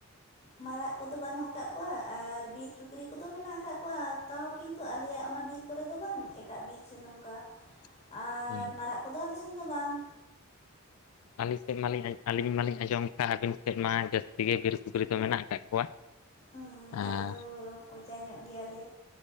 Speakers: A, on the left; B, on the left.
A: ᱢᱟᱨᱟᱜ ᱠᱚᱫᱚ ᱵᱟᱹᱱᱩᱜ ᱟᱠᱟᱫ ᱠᱚᱣᱟ ᱟᱨ ᱵᱤᱨ ᱥᱩᱠᱨᱤ ᱠᱚᱫᱚ ᱢᱮᱱᱟᱜ ᱟᱠᱟᱫ ᱠᱚᱣᱟ ᱛᱟᱣ ᱠᱤᱱᱛᱩ ᱟᱞᱮᱭᱟᱜ ᱚᱱᱟ ᱵᱤᱨ ᱠᱚᱨᱮᱫᱚ ᱵᱟᱝ ᱮᱴᱟᱜ ᱵᱤᱨ ᱥᱮ ᱱᱚᱝᱠᱟ
B: <inaudible>
A: ᱟᱨ
B: ᱦᱩᱸ
A: ᱢᱟᱨᱟᱜ ᱠᱚᱫᱚ ᱟᱞᱮᱥᱮᱱ ᱫᱚ ᱵᱟᱝ
B: ᱟᱹᱞᱤᱧ ᱥᱮᱫ ᱢᱟᱞᱤᱧ ᱟᱹᱞᱤᱧ ᱢᱟᱞᱤᱧ ᱟᱸᱡᱚᱢ ᱠᱟᱜᱼᱟ ᱟᱹᱵᱤᱱ ᱥᱮᱫ ᱢᱟ ᱡᱟᱹᱥᱛᱤ ᱜᱮ ᱵᱤᱨ ᱥᱩᱠᱨᱤ ᱫᱚ ᱢᱮᱱᱟᱜ ᱟᱠᱟᱫ ᱠᱚᱣᱟ
A: ᱦᱩᱸ
B: ᱟᱨ
A: ᱟᱞᱮ ᱫᱚ ᱠᱚᱪᱟ ᱧᱚᱜ ᱜᱮᱭᱟᱞᱮ